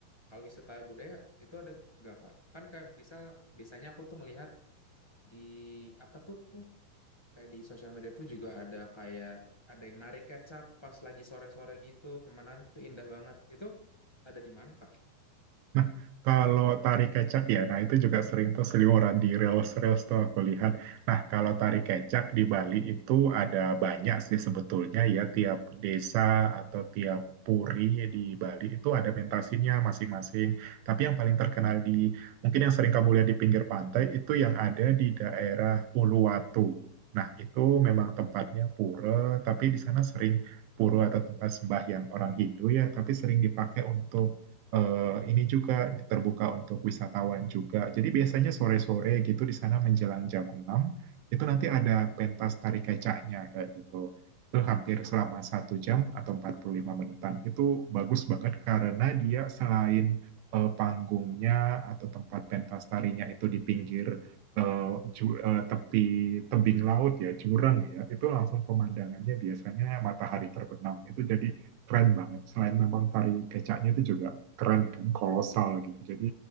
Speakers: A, on the left (about 20°); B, on the right (about 80°).
A: Kalau wisata budaya, itu ada gak Kak? Kan kayak bisa, biasanya aku tuh ngelihat di, apa tuh, kayak di sosial media tuh juga ada kayak, ada yang narik kecap pas lagi sore-sore gitu, pemandangan tuh indah banget. Itu ada di mana Kak?
B: Nah, kalau tari kecak ya, nah itu juga sering tuh seliweran di reels-reels tuh aku lihat. Nah, kalau tari kecak di Bali itu ada banyak sih sebetulnya ya, tiap desa atau tiap puri di Bali itu ada mentasinya masing-masing. Tapi yang paling terkenal di, mungkin yang sering kamu lihat di pinggir pantai, itu yang ada di daerah Uluwatu. Nah, itu memang tempatnya pura, tapi di sana sering pura atau tempat sembahyang orang Hindu ya, tapi sering dipakai untuk eh, ini juga terbuka untuk wisatawan juga. Jadi biasanya sore-sore gitu di sana menjelang jam 6 itu nanti ada pentas tari kecaknya kayak gitu. Itu hampir selama satu jam atau 45 menitan. Itu bagus banget karena dia selain eh, panggungnya atau tempat pentas tarinya itu di pinggir eh, ju- eh, tepi tebing laut ya, jurang ya. Itu langsung pemandangannya biasanya matahari terbenam. Itu jadi keren banget. Selain memang tari kecaknya itu juga keren kan kolosal gitu jadi